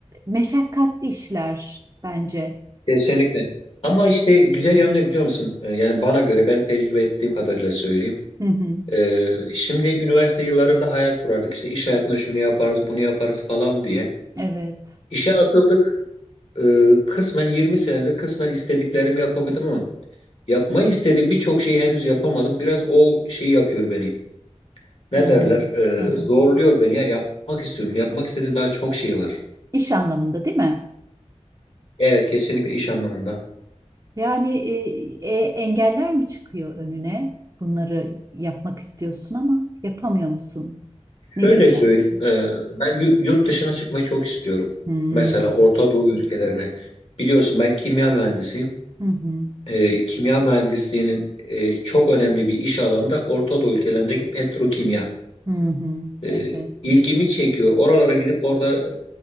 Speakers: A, on the right; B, on the left.
A: meşakkatli işler bence.
B: Kesinlikle. Ama işte güzel yanı ne biliyor musun? Ee, yani bana göre ben tecrübe ettiğim kadarıyla söyleyeyim.
A: Hı hı.
B: Ee, şimdi üniversite yıllarında hayal kurardık. İşte iş hayatında şunu yaparız, bunu yaparız falan diye.
A: Evet.
B: İşe atıldık e, kısmen 20 senede kısmen istediklerimi yapabildim ama yapmayı istediğim birçok şeyi henüz yapamadım. Biraz o şeyi yapıyor beni. Ne
A: Hı hı.
B: derler? E,
A: Hı hı.
B: zorluyor beni ya. Yapmak istiyorum. Yapmak istediğim daha çok şey var.
A: İş anlamında değil mi?
B: Evet kesinlikle iş anlamında.
A: Yani e, e, engeller mi çıkıyor önüne? Bunları yapmak istiyorsun ama yapamıyor musun? Nedir
B: Şöyle
A: yani?
B: söyleyeyim. e, ben yu- yurt dışına çıkmayı çok istiyorum.
A: Hmm.
B: Mesela Orta Doğu ülkelerine. Biliyorsun ben kimya mühendisiyim.
A: Hı hı.
B: E, kimya mühendisliğinin e, çok önemli bir iş alanında Orta Doğu ülkelerindeki petrokimya.
A: Hı hı.
B: E,
A: Evet.
B: ilgimi çekiyor. Oralara gidip orada